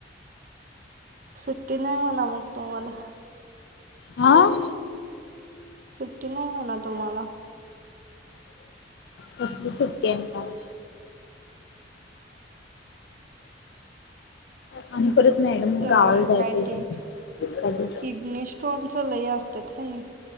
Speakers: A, on the right; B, on the left.
A: सुट्टी नाही म्हणा मग तुम्हाला.
B: आं
A: सुट्टी नाही म्हणा तुम्हाला.
B: कसली सुट्टी आणि काय.
A: ह् <inaudible>
B: आणि परत मॅडम
A: अ
B: गावाला जाय
A: काय
B: पाहिजे
A: ते
B: कधी
A: किडनी स्टोनच लय असतात का नाही.